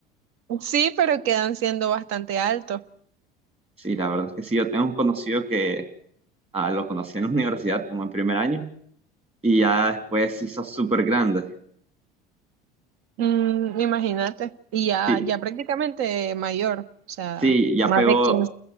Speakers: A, on the right; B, on the right.
A: sí, pero quedan siendo bastante altos.
B: Sí, la verdad es que sí, yo tengo un conocido que ah, lo conocí en la <laughs> universidad como en primer año y ya después se hizo súper grande.
A: Mm, imagínate. Y ya,
B: Sí,
A: ya prácticamente mayor. O sea,
B: sí, ya
A: Más
B: pegó,
A: de quince